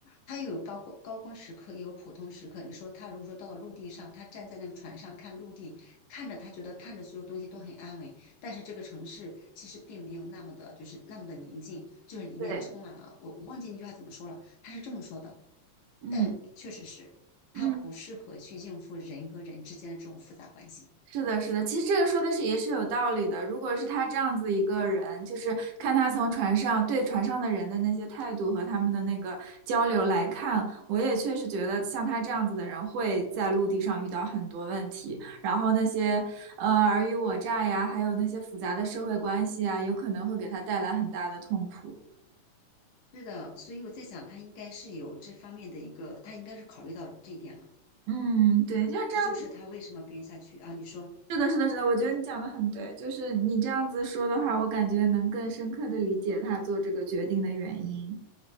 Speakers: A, on the left (about 80°); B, on the right (about 85°).
A: 他又有高光高光时刻，也有普通时刻。你说他如果说到了陆地上，他站在那个船上看陆地，看着他觉得看着所有东西都很安稳，但是这个城市其实并没有那么的，就是那么的宁静，就是里面充满了我我忘记那句话怎么说了，
B: 对，
A: 他是这么说的，
B: 嗯
A: 但确实是他不适合去应付人和人之间的这种复杂关系。
B: 嗯。是的，是的，其实这个说的是也是有道理的。如果是他这样子一个人，就是看他从船上对船上的人的那些态度和他们的那个交流来看，我也确实觉得像他这样子的人会在陆地上遇到很多问题，然后那些呃尔虞我诈呀，还有那些复杂的社会关系啊，有可能会给他带来很大的痛苦。
A: 是的，所以我在想，他应该是有这方面的一个，他应该是考虑到这一点了。
B: 嗯，对，像这样子，
A: 这就是他为什么编下去啊？你说。
B: 是的，是的，是的，我觉得你讲的很对，就是你这样子说的话，我感觉能更深刻的理解他做这个决定的原因。